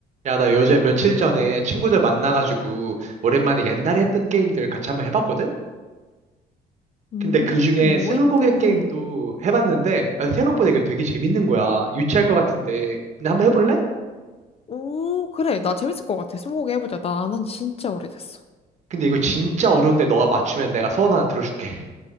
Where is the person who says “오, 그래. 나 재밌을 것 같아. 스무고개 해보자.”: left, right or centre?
Left